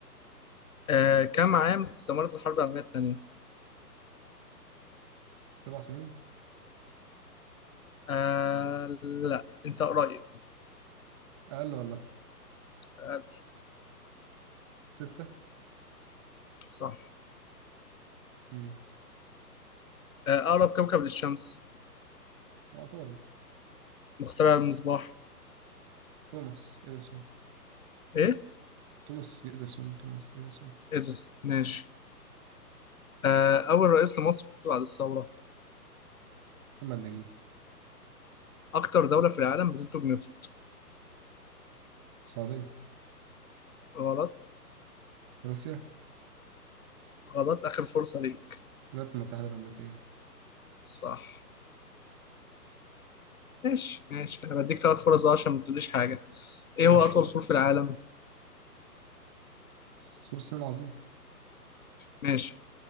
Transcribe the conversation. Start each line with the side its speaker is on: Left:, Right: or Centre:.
Left: آه كم عام استمرت الحرب العالمية التانية
Right: سبع سنين
Left: آه لا انت قريب
Right: اقل ولا اكتر
Left: آه
Right: ستة
Left: صح
Right: امم
Left: آه اقرب كوكب للشمس
Right: يعتبر
Left: مخترع المصباح
Right: توماس اديسون
Left: ايه
Right: توماس يديسون توماس يديسون
Left: إدرس ماشي آه، أول رئيس لمصر بعد الثورة
Right: محمد نجيب
Left: أكتر دولة في العالم بتنتج نفط
Right: السعودية
Left: غلط
Right: روسيا
Left: غلط آخر فرصة ليك
Right: الولايات المتحدة الأمريكية
Left: صح ماشي ماشي أنا بديك ثلاث فرص أهو عشان ما تقوليش حاجة إيه
Right: ماشي
Left: هو أطول سور في العالم
Right: سور الصين العظيم
Left: ماشي